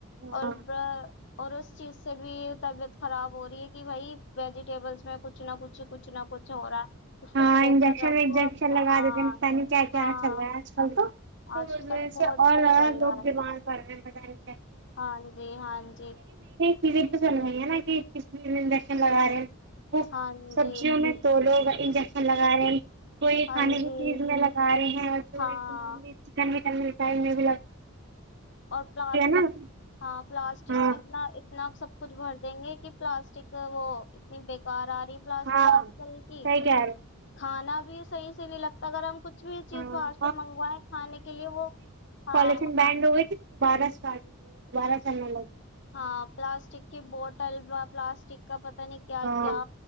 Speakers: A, on the left; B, on the right.
A: اور
B: ہاں
A: بر اور اس چیز سے بھی طبیعت خراب ہو رہی ہے کہ بھائی ویجیٹیبلس میں کچھ نہ کچھ کچھ نہ کچھ ہو رہا ہے اس
B: ہاں
A: کو دھو
B: انجیکشن
A: کر رکھو
B: وجیکشن
A: اپنا
B: لگا
A: ہاں
B: دیتے ہیں پ نہیں کیا کیا
A: ہاں
B: چل رہا ہے آج کل تو تو
A: آج
B: اس
A: کل
B: وجہ
A: بہت
B: سے اور
A: کچھ
B: زیادہ
A: چل
B: لوگ
A: رہا ہے
B: بیمار پڑ پ ب
A: ہاں جی ہاں جی
B: ز توس ہےا کہ کزج لگا رہے وہ
A: ہاں
B: سبزیوں
A: جی
B: میں تو لوگ انجیکشن لگا رہے ہیں کوئی کھانے
A: ہاں
B: کی
A: جی
B: چیز میں لگا رہے ہیں اور جو
A: ہاں
B: ایک نان ویج چکن س نہیں
A: اور پلاسٹک
B: نا
A: ہاں پلاسٹک
B: ہاں
A: میں اتنا اتنا سب کچھ بھر دیں گے کہ پلاسٹک وہ اتنی بیکار آ رہ پلاسٹک
B: ہاں
A: آج
B: صحیح
A: کل کی
B: کہہ رہے ہو
A: کھانا بھی صحیح نہیں لگتا گرم کچھ کچھ بھی چیز
B: ہاں
A: باہر سے منگوائےیں کھانے کے لیے وہ ہاں
B: کالن بینڈ ہوئے دوبارہ اسٹارٹ ہو دوبارہ چلنے لگ گے
A: ہاں پلاسٹک کی بوٹل ب پلاسٹک پت نہیں کیا
B: ہاں
A: کیا